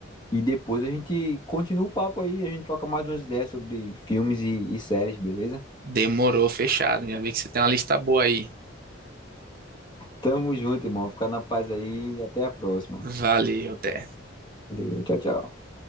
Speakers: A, on the left (about 25°); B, on the right (about 50°).
A: e depois a gente continua o papo aí. A gente troca mais umas ideias sobre filmes e, e séries, beleza?
B: Demorou, fechado. Já vi que você tem uma lista boa aí.
A: Tamo junto, irmão. Fica na paz aí e até a próxima.
B: Valeu, até.
A: Valeu, tchau, tchau.